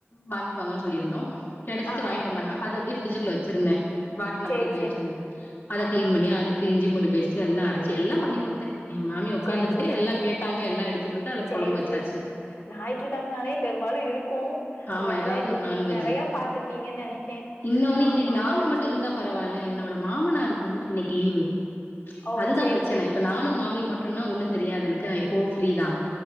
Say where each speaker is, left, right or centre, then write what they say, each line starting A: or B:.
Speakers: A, on the left; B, on the left.
A: வாங்கிட்டு வாங்கன்னு சொல்லிருந்தோ கிடைச்சிச்சி
B: ஆ
A: வாங்கிட்டு
B: ஆ
A: வந்தாங்க அது அப்படியே பிரிட்ஜக்குல்ல வச்சிருந்தே வாட்னபடி
B: சேரி
A: இப்டியே
B: சேரி
A: வச்சிருந்தது அத
B: ஆ
A: கிளீன்
B: ஆ
A: பண்ணி அதுக்கு இஞ்சி பூண்டு பேஸ்ட் எல்லா அரச்சி எல்லா பண்ணி குடுத்தே ஏ மாமி ஒக்காந்துகிட்டே
B: சேரி சேரி சேரி
A: எல்லா கேட்டாங்க எல்லா எடுத்து குடுத்து அத
B: சேரி
A: கொழம்பு வச்சாச்சு
B: சேரி ஞாயிற்றுக்கெழமனாலே பெரும்பாலு இருக் கு
A: ஆமா
B: வேல
A: ஏதாவது
B: இன்னக்கி
A: ஒரு நான்வெஜ்ஜு
B: நீங்க நெறைய பாத்துருக்கீங்கன்னு நெனக்கே
A: இன்னொன்னு
B: ஆ
A: இன்னைக்கு
B: மாவரைச்சி
A: நாங்க மட்டு இருந்தா பரவால்ல என்னோட மாமனாருக்கு வந்துட்டு இன்னக்கி லீவு
B: ஓ
A: அதுதா
B: சேரி
A: பிரச்சன
B: சேரி
A: இப்ப நானு மாமியு
B: ஆ
A: மட்டுன்னா
B: ஆ
A: ஒண்ணு தெரியாது எனக்கு நா எப்போவு ஃப்ரீதா